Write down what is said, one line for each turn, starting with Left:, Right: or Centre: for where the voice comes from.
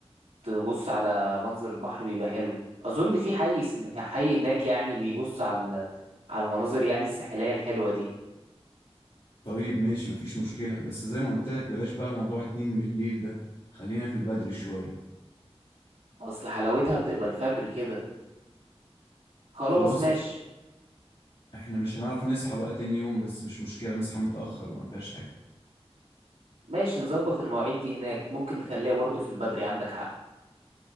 Right: تبص على منظر البحر بيبقى حلو اظن في حي سن- حي هناك يعني بيبص على ال- على المناظر يعني الساحلية الحلوة دي
Left: طيب ماشي مفيش مشكلة بس زي ما قلت لك بلاش بقى موضوع اتنين بالليل ده خلينا في البدري شوية
Right: اصل حلاوتها بتبقى الفجر كده خلاص
Left: خلاص
Right: ماشي
Left: احنا مش هنعرف نصحى بقى تاني يوم بس مش مشكلة نصحى متأخر بقى مفيهاش حاجة
Right: ماشي نظبط المواعيد دي هناك ممكن نخليها برضه في البدري عندك حق